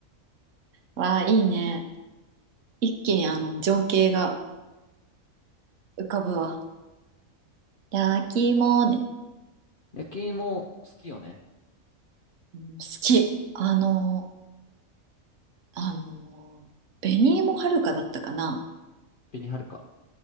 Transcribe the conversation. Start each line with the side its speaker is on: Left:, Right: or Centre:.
Right: わあ、いいね。一気にあの情景が浮かぶわ。焼き芋ね。
Left: 焼き芋、好きよね。
Right: うん好き。あの、あの、紅芋はるかだったかな。
Left: 紅はるか。